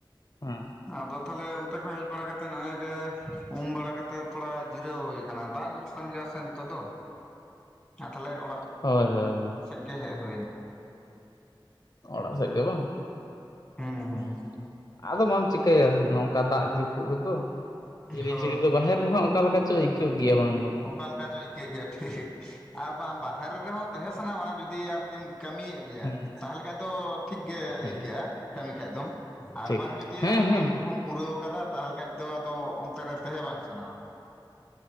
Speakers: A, on the left; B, in the centre.
A: ᱦᱮᱸ
B: ᱟᱫᱚ ᱛᱟᱦᱚᱞᱮ ᱚᱱᱛᱮ ᱠᱷᱚᱱ ᱦᱮᱡ ᱵᱟᱲᱟ ᱠᱟᱛᱮ ᱱᱮᱜ ᱮ ᱜᱮ ᱩᱢ ᱵᱟᱲᱟ ᱠᱟᱛᱮᱜ ᱛᱷᱚᱲᱟ ᱡᱤᱨᱟᱹᱣ ᱦᱩᱭ ᱟᱠᱟᱱᱟ ᱫᱟᱜ ᱧᱩᱨᱩᱜᱼᱼ ᱠᱟᱱ ᱜᱮᱭᱟ ᱥᱮ ᱱᱤᱛᱚᱜ ᱫᱚ ᱟᱨ ᱛᱟᱦᱚᱞᱮ ᱚᱲᱟᱜᱼᱼ
A: ᱦᱳᱭ ᱦᱳᱭ ᱦᱳᱭ ᱾
B: ᱥᱮᱜ ᱜᱮ ᱦᱮᱡ ᱦᱩᱭᱱᱟ ᱾
A: ᱚᱲᱟᱜ ᱥᱮᱜ ᱜᱮ ᱵᱟᱝ
B: ᱦᱩᱸ ᱦᱩᱸ
A: ᱦᱩᱸᱻ ᱾ ᱟᱫᱚ ᱢᱟᱢ ᱪᱤᱠᱟᱹᱭᱟ ᱱᱚᱝᱠᱟ ᱫᱟᱜ ᱡᱟᱹᱯᱩᱫ ᱨᱮᱫᱚ? <unintelligible>
B: ᱦᱳᱭ
A: ᱫᱚ ᱵᱟᱦᱮᱨ ᱨᱮᱦᱚᱸ ᱚᱠᱟ ᱞᱮᱠᱟ ᱪᱚ ᱟᱹᱭᱠᱟᱹᱜ ᱜᱮᱭᱟ ᱵᱟᱝ <unintelligible> ᱵᱟᱝ ᱾
B: ᱚᱠᱟ ᱞᱮᱠᱟ ᱪᱚ ᱟᱹᱭᱠᱟᱹᱜ ᱜᱮᱭᱟ ᱴᱷᱤᱠ ᱟᱨ ᱵᱟᱝ ᱵᱟᱦᱮᱨᱮ ᱨᱮᱦᱚᱸ ᱛᱟᱦᱮᱸ ᱥᱟᱱᱟᱣᱟ ᱡᱩᱫᱤ ᱟᱨᱠᱤᱢ ᱠᱟᱹᱢᱤᱭᱮᱫᱼᱼ <unintelligible> ᱜᱮᱭᱟ
A: ᱦᱮᱸ
B: ᱛᱟᱦᱚᱞᱮ ᱠᱷᱟᱡ ᱫᱚ ᱴᱷᱤᱠ ᱜᱮ
A: ᱦᱮᱸ
B: ᱟᱹᱭᱠᱟᱹᱜ-ᱟ ᱠᱟᱹᱢᱤ ᱠᱷᱟᱡ ᱫᱚᱢ ᱾ ᱟᱨ
A: ᱴᱷᱤᱠ
B: ᱵᱟᱝ ᱡᱩᱫᱤ
A: ᱦᱮᱸ
B: ᱟᱢᱟᱜ
A: ᱦᱮᱸ
B: ᱠᱟᱹᱢᱤ ᱠᱚᱦᱚᱢ ᱯᱩᱨᱟᱹᱣ ᱟᱠᱟᱫᱟ ᱛᱟᱦᱚᱞᱮ ᱠᱷᱟᱡ ᱫᱚ ᱟᱫᱚ ᱚᱱᱛᱮ ᱨᱮ ᱛᱟᱦᱮᱸ ᱵᱟᱝ ᱥᱟᱱᱟᱣᱟ ᱾